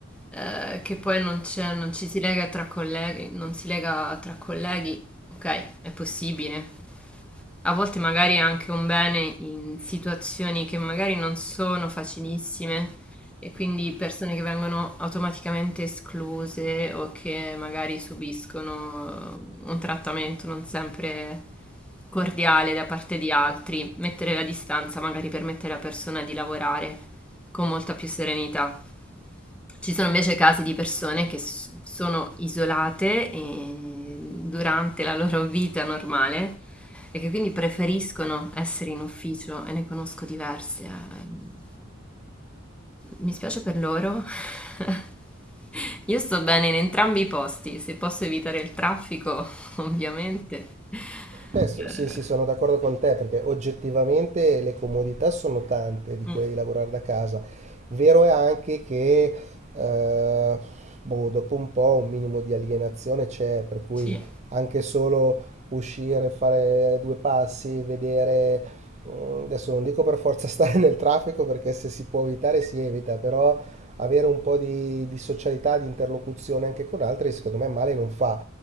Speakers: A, in the centre; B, on the right.
A: eh, che poi non c'è- non ci si lega tra colleghi, non si lega tra colleghi, ok, è possibile, a volte magari è anche un bene in situazioni che magari non sono facilissime e quindi persone che vengono automaticamente escluse o che magari subiscono un trattamento non sempre cordiale da parte di altri, mettere la distanza magari permette alla persona di lavorare con molta più serenità. Ci sono invece casi di persone che s- sono isolate e durante la loro vita normale e che quindi preferiscono essere in ufficio e ne conosco diverse. Eh, Mi spiace per loro. <laughs> Io sto bene in entrambi i posti, se posso evitare il traffico, <laughs> ovviamente.
B: Eh, so-
A: Eh,
B: sì, sì, sono d'accordo con te perché oggettivamente le comodità sono tante di
A: mm,
B: quelle di lavorare da casa. Vero è anche che eh, boh, dopo un po' un minimo di alienazione c'è, per cui
A: sì,
B: anche solo uscire, fare due passi, vedere, mm, adesso non dico per forza <laughs> stare nel traffico perché se si può evitare si evita, però avere un po' di, di socialità, di interlocuzione anche con altri, secondo me male non fa.